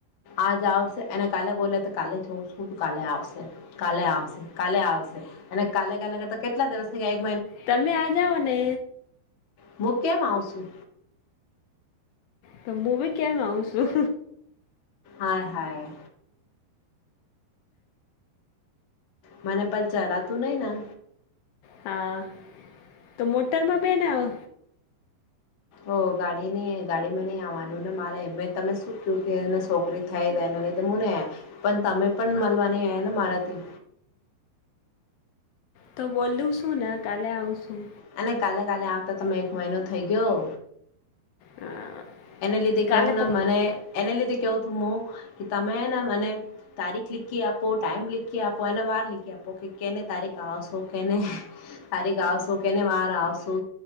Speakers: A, on the left; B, on the left.
A: આજ આવશે અને કાલે બોલે તો કાલે જઉં- - કાલે આવશે કાલે આવશે કાલે આવશે અને કાલે કાલે કરતા કેટલા દિવસે થઇ ગયા- -
B: તમે આ જાઓ ને?
A: હું કેમ આવ છું?
B: તો મુ ભી કેમ આવઉં છું?
A: હાય હાય. મને પણ ચલાતું નહી ન.
B: હા તો મોટરમાં બેન આવો.
A: ઓ ગાડી નઈ ગાડીમાં નઈ આવવાનું ને મારે મે તમે શું કું કે એને છોકરી થઈ ગઈ? ને પણ તમે પણ મળવાની આયાને મારાથી.
B: તો બોલું શું ને કાલે આવશું.
A: અને કાલે કાલે આવતા તમે એક મહિનો થઈ ગયો.
B: હા
A: એને લીધે
B: કાલે
A: કેવું ના
B: પક્કું
A: મને એને લીધે કેવું તુંમ કે તમેને મને તારીખ લીખી આપો ટાઈમ લીખકી આપો એને વાર લખી આપો કે કેને તારીખ આવશો કેને તારીખ આવશો કેને વાર આવશો.